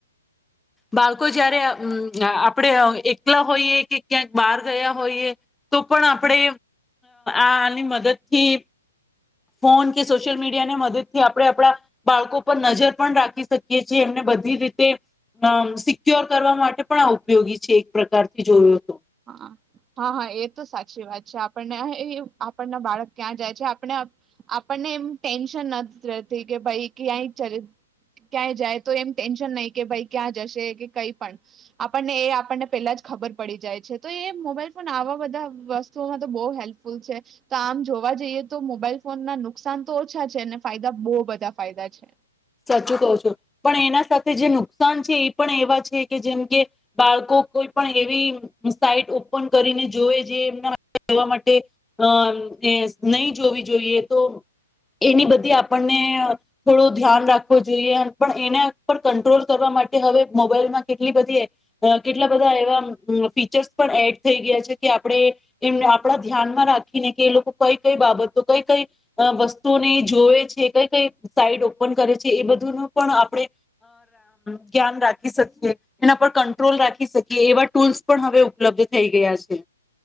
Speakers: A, in the centre; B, on the right.
A: બાળકો જયારે હમ આ આપણેે એકલા હોઈએ કે ક્યાંક બહાર ગયા હોઈએ તો પણ આપણે આની મદદથી ફોન કે સોશિયલ મીડિયાને મદદથી આપણે આપણા બાળકો પર નજર પણ રાખી શકીએ છીએ એમને બધી રીતે અ સિક્યોર કરવા માટે પણ આ ઉપયોગી છે, એક પ્રકારથી જોયો તો
B: હા હા હા એ તો સાચી વાત, છે આપણને <inaudible> આપણના બાળક ક્યાં જાય છે, આપને આપણને એમ ટેન્શન <unintelligible> કે ભાઈ ક્યાંય ક્યાંય જાય તો એમ ટેન્શન નહી કે ભાઈ ક્યાં જશે કે કઈ પણ આપણને એ આપણને પેલા જ ખબર પડી જાય. તો એ મોબાઈલ ફોન આવા વધા વસ્તુઓમાં તો બો હેલ્પફુલ છે, તો આમ જોવા જઈએ તો મોબાઈલ ફોનના નુકસાન તો ઓછા છે, અને ફાયદા બો બધા ફાયદા છે.
A: સાચું કવ છું પણ એના સાથે જે નુકસાન છે, એ પણ એવા છે કે જેમ કે બાળકો કોઈ પણ એવી સાઈટ ઓપન કરીને જોયે જે એમના જવા માટે અ નયી જોવી જોઈએ તો એની બધી આપણને થોડો ધ્યાન રાખવું જોઈએ પણ એના પર કંટ્રોલ કરવા માટે હવે મોબાઈલમાં કેટલી બધી કેટલા બધા એવા ફીચર્સ પણ એડ થઈ ગયા છે, કે આપણે એમને આપણા ધ્યાનમાં રાખીને કે એ લોકો કઈ કઈ બાબતો કઈ કઈ વસ્તુઓને જોવે છે, કઈ કઈ સાઈડ ઓ ઓપન કરે છે, એ બધું ન પણ આપણે <inaudible> ધ્યાન રાખી શકીએ એના પર કંટ્રોલ રાખી શકીએ એવા ટૂલ્સ પણ હવે ઉપલબ્ધ થઈ ગયા છે.